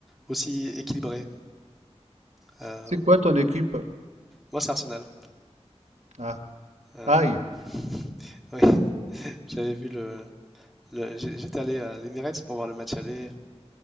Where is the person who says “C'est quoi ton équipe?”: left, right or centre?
Right